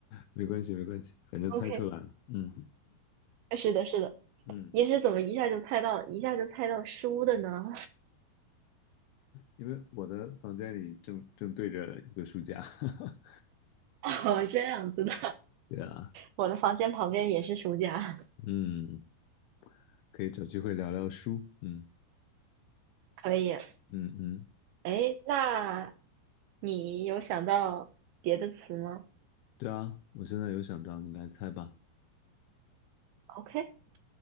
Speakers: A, on the left; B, on the right.
A: 没关系没关系，反正猜出来了，
B: <laughs> OK，
A: 嗯。
B: 是的，是的，
A: 嗯，
B: 你是怎么一下就猜到，一下就猜到书的呢？
A: 因为我的房间里正正对着一个书架，<laughs>
B: 哦，这样子的，
A: 对啊，
B: 我的房间旁边也是书架，
A: 嗯，可以找机会聊聊书，嗯
B: 可以。
A: 嗯嗯，
B: 哎，那你有想到别的词吗
A: 对啊，我现在有想到，你来猜吧。
B: ？OK，